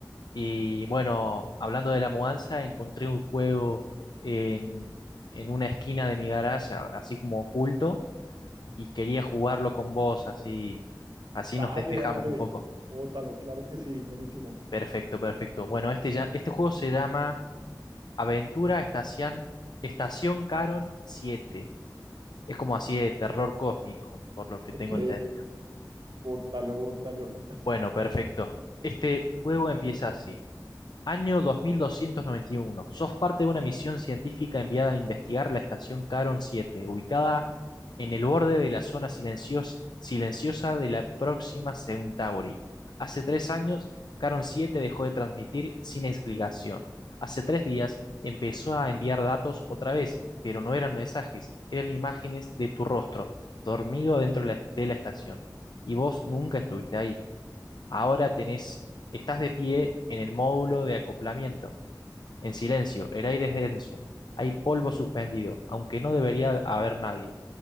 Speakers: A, on the left (about 70°); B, on the right (about 75°).
A: Y bueno, hablando de la mudanza, encontré un juego en, en una esquina de mi garaje, a- así como oculto, y quería jugarlo con vos, así, así
B: Dale,
A: nos despejamos
B: dale.
A: un poco.
B: Bótalo, claro que sí, buenísimo.
A: Perfecto, perfecto. Bueno, este, ya, este juego se llama... Aventura Estación, Estación Caron siete Es como así de terror cósmico, por lo que
B: Ok,
A: tengo entendido.
B: bótalo, bótalo.
A: Bueno, perfecto. Este juego empieza así. Año 2291. Sos parte de una misión científica enviada a investigar la estación Caron 7, ubicada en el borde de la zona silencios- silenciosa de la próxima Centauri. Hace tres años, Caron 7 dejó de transmitir sin explicación. Hace tres días empezó a enviar datos otra vez, pero no eran mensajes, eran imágenes de tu rostro, dormido dentro de la de la estación. Y vos nunca estuviste ahí. Ahora tenés, estás de pie en el módulo de acoplamiento, en silencio, el aire es denso, hay polvo suspendido, aunque no debería haber nadie.